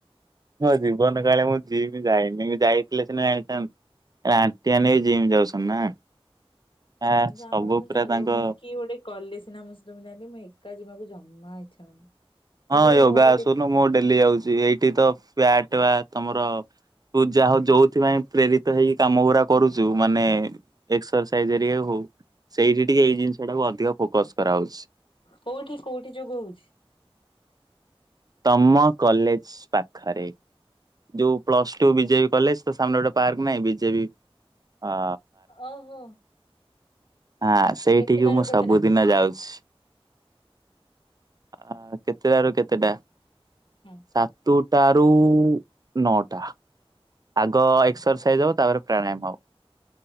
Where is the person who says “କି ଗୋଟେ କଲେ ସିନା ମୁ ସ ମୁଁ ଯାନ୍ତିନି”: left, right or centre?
Left